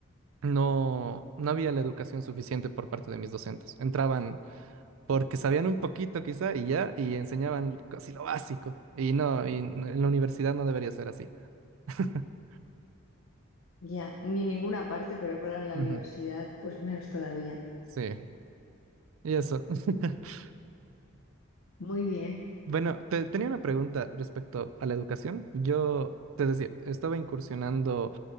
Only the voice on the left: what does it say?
Ya, ni ninguna parte, pero claro, en la
universidad, pues menos todavía.
Muy bien.